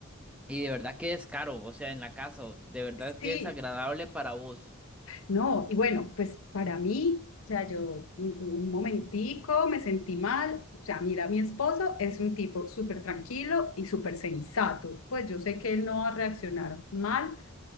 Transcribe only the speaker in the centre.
y de verdad que descaro, o sea, en la casa, de verdad
que desagradable para vos.